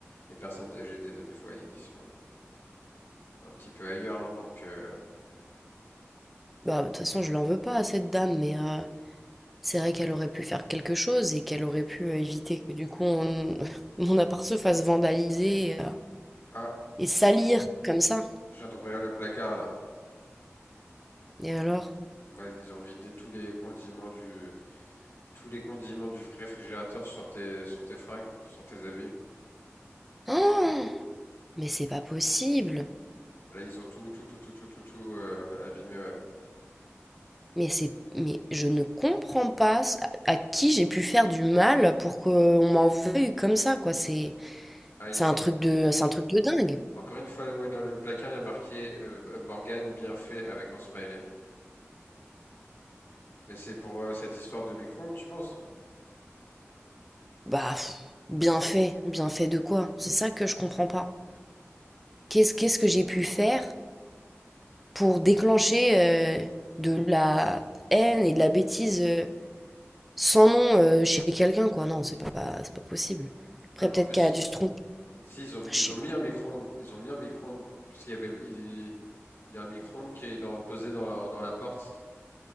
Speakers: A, on the left; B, in the centre.
A: les personnes âgées des, des fois ils sont un petit peu ailleurs, hein, donc euh,
B: Bah, de toute façon, je l'en veux pas à cette dame, mais euh, c'est vrai qu'elle aurait pu faire quelque chose et qu'elle aurait pu euh, éviter que du coup on- <laughs> mon appart se fasse vandaliser euh,
A: ah,
B: et salir comme ça.
A: je viens d'ouvrir le placard là.
B: Et alors?
A: Bah, ils ont vidé tous les condiments du tous les condiments du réfrigérateur sur tes sur tes fringues, sur tes habits.
B: Oh, mais c'est pas possible.
A: Là, ils ont tout, tout, tout, tout, tout, tout, tout, euh, abîmé. ouais.
B: Mais c'est, mais je ne comprends pas ce- à, à qui j'ai pu faire du mal pour qu'on m'en veuille comme ça, quoi. C'est,
A: Ah, il-
B: c'est
A: y
B: un
A: a enco-
B: truc de, c'est un truc de dingue.
A: encore une fois, ouais, dans le placard, il y a marqué euh, euh, Morgane bien fait avec un smiley. Mais c'est pour euh, cette histoire de micro-ondes, tu penses?
B: Bah, pff, bien fait, bien fait de quoi? C'est ça que je comprends pas. Qu'est-ce, qu'est-ce que j'ai pu faire pour déclencher euh, de la haine et de la bêtise euh, sans nom euh, chez quelqu'un, quoi? Non, c'est pas, c'est pas possible. Après,
A: Non, mais
B: peut-être
A: en plus,
B: qu'elle a dû se tromper.
A: si ils ont,
B: Je
A: ils
B: sais
A: ont
B: pas.
A: mis un micro-ondes, ils ont mis un micro-ondes, parce qu'il y avait, il, il y a un micro-ondes qui est dans, posé dans la- dans l'appart.